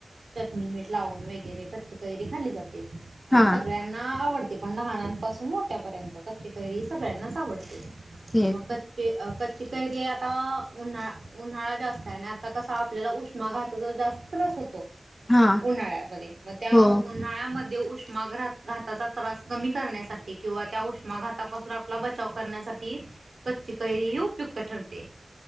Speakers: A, on the right; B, on the left.
A: चट नी मीठ लावून वगैरे कच्ची कैरी खाल्ली जाते. आणि
B: हा
A: सगळ्यांना आवड पण लहानांपासून मोठ्यापर्यंत कच्ची कैरी सगळ्यांनाच आवडते.
B: ठीक
A: मग कच्चे अ कच्चे कैरी आता उन्हा उन्हाळा जास्त आहे ना, आता कसा आपल्याला उष्मा घात जास्त त्रास होतो.
B: हा
A: उन्हाळ्यामध्ये मग त्या
B: हो
A: उन्हाळ्यामध्ये ऊ उष्माग्रात घाताचा त्रास कमी, करण्यासाठी किंवा त्या उष्घातापासून आपल्य आपला बचाव करण्यासाठी कच्ची कैरी ही उपयुक्त ठरते.